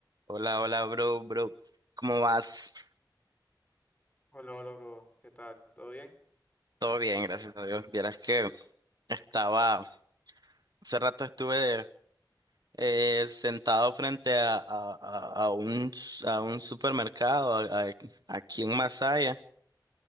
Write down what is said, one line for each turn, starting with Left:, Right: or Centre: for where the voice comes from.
Right: Hola, hola, bro, bro. ¿Cómo vas?
Left: Hola, hola, bro. ¿Qué tal? ¿Todo bien?
Right: Todo bien, gracias a Dios. Vieras que estaba, hace rato estuve eh, sentado frente a, a, a- a un, a un supermercado a- a- aquí en Masaya